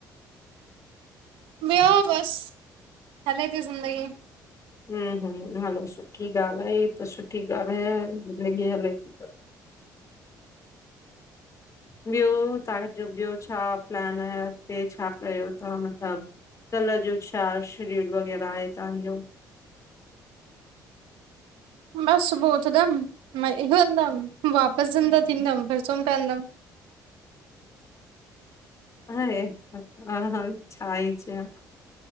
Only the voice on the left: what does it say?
हूं हूं हलो सुठी ॻाल्हि आहे, हीअं त सुठी ॻाल्हि ह ज़िंदगी हले ती त। ॿयो, तहांजो ॿयो छा प्लान आहे, अॻते छा कयो था मतलब? कल जो, छा शिड्यूल वग़ैरा आहे तहांजो?
अरे, हा, छा ई चां।